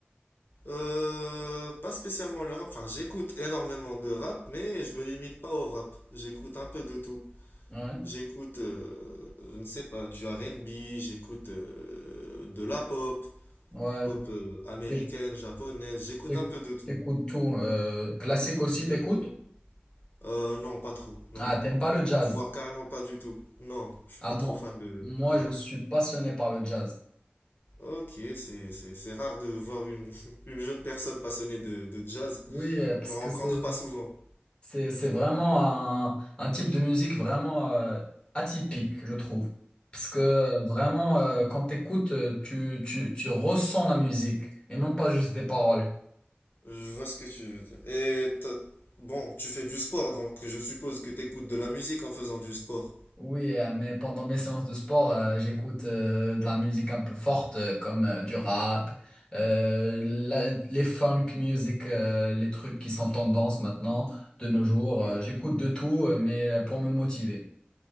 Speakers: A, on the left; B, on the left.
A: Euh, pas spécialement le rap, enfin j'écoute énormément de rap, mais je me limite pas au rap. J'écoute un peu de tout.
B: Ouais,
A: J'écoute, euh, je ne sais pas, du R&B, j'écoute euh, de la pop,
B: ouais.
A: pop euh, américaine,
B: T'é-
A: japonaise, j'écoute
B: t'é-
A: un peu de tout.
B: T'écoutes tout. Euh, classique aussi, t'écoutes?
A: Exactement. Euh, non, pas trop. Non,
B: Ah,
A: non,
B: t'aimes
A: non.
B: pas le jazz?
A: Voire carrément pas du tout. Non, je suis
B: Ah,
A: pas
B: moi,
A: trop fan de...
B: moi,
A: Non.
B: je suis passionné par le jazz.
A: Ok, c'est, c'est, c'est rare de voir une, <laughs> une jeune personne passionnée de, de jazz.
B: Oui, euh, parce
A: On ne rencontre
B: que c'est
A: pas souvent.
B: C'est, c'est vraiment un, un type de musique vraiment euh, atypique, je trouve. Parce que euh, vraiment, euh, quand t'écoutes, euh, tu, tu, tu ressens la musique et non pas juste des paroles.
A: Je vois ce que tu veux dire. Et t'as- bon, tu fais du sport, donc je suppose que tu écoutes de la musique en faisant du sport.
B: Oui, euh, mais pendant mes séances de sport, euh, j'écoute euh, de la musique un peu forte, euh, comme euh, du rap, euh, la- les funk music, euh, les trucs qui sont tendance maintenant, de nos jours.
A: Mhm.
B: Euh, j'écoute de tout, euh, mais euh, pour me motiver.